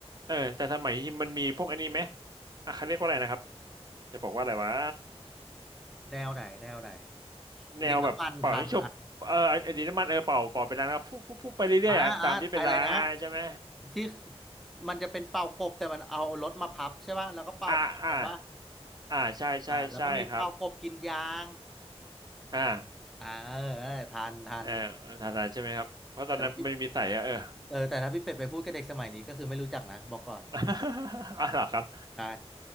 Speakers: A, on the right; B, in the centre.
A: เออแต่สมัยมันมีพวกอันนี้ไหมอ่ะเขาเรียกว่าอะไรนะครับจะบอกว่าอะไรวะ
B: แนวไหนแนวไหน
A: แนวแบบเป่าให้จบเออไอ้ไอันนี้น้ำมันเออเป่าเป่าเป็นล้างแล้วพุ่พุ่พุ่ไปเรื่อยๆอ่ะตามที่เป็นล้างอ่ะใช่ไหม
B: ดินน้ำมันทัน อ่าอ่าอะไรนะที่มันจะเป็นเป่ากบแต่มันเอารถมาพับใช่ป่ะแล้วก็เป่าแข่งกันป่ะ
A: อ่าอ่าอ่าใช่ใช่ใช่ครับ
B: อ่าแล้วก็มีเป่ากบกินยาง
A: อ่า
B: อ่าเออทันทัน
A: เออทันทานใช่ไหมครับเพราะตอนนั้นมันมีใส่อะเออ
B: แต่ถ้าพี่เออแต่ถ้าพี่เป็ดไปพูดกับเด็กสมัยนี้ก็คือไม่รู้จักนะบอกก่อน
A: <laughs> อ๋อเหรอครับ
B: ใช่